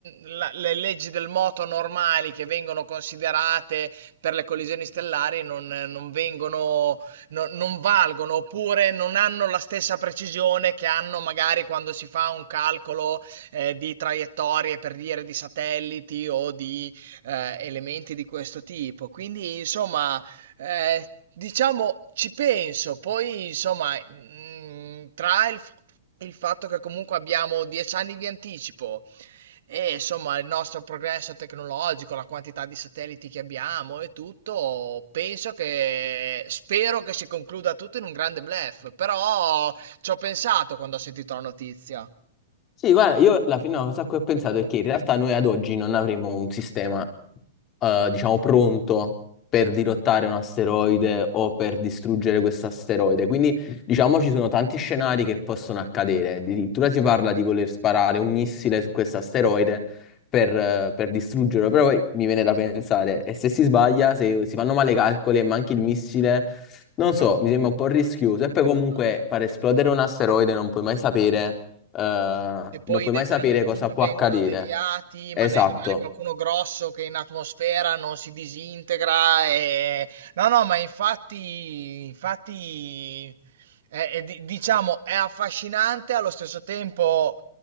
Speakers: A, on the right (about 65°); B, on the left (about 25°).
A: la- le leggi del moto normali che vengono considerate per le collisioni stellari non, non vengono, no- non valgono oppure non hanno la stessa precisione che hanno magari quando si fa un calcolo eh, di traiettorie per dire di satelliti o di eh, elementi di questo tipo. Quindi, insomma, eh, diciamo, ci penso, poi insomma, mm, tra il, f- il fatto che comunque abbiamo dieci anni di anticipo e insomma il nostro progresso tecnologico, la quantità di satelliti che abbiamo e tutto, penso che spero che si concluda tutto in un grande bluff, però ci ho pensato quando ho sentito la notizia.
B: Sì, guarda, io alla fine una cosa a cui ho pensato è che in realtà noi ad oggi non avremo un sistema, eh, diciamo, pronto per dirottare un asteroide o per distruggere questo asteroide. Quindi, diciamo, ci sono tanti scenari che possono accadere. Addirittura si parla di voler sparare un missile su questo asteroide per, eh, per distruggerlo. Però poi mi viene da pensare, e se si sbaglia, se si fanno male i calcoli e manchi il missile, non
A: Bravo,
B: so, mi sembra un po' rischioso. E poi comunque
A: bravo.
B: far esplodere un asteroide non puoi mai sapere eh,
A: Se poi
B: non puoi
A: i detriti
B: mai sapere cosa può
A: vengono
B: accadere.
A: deviati,
B: Esatto.
A: ma ne rimane qualcuno grosso che in atmosfera non si disintegra. E... No, no, ma infatti, infatti è- è di- diciamo, è affascinante, allo stesso tempo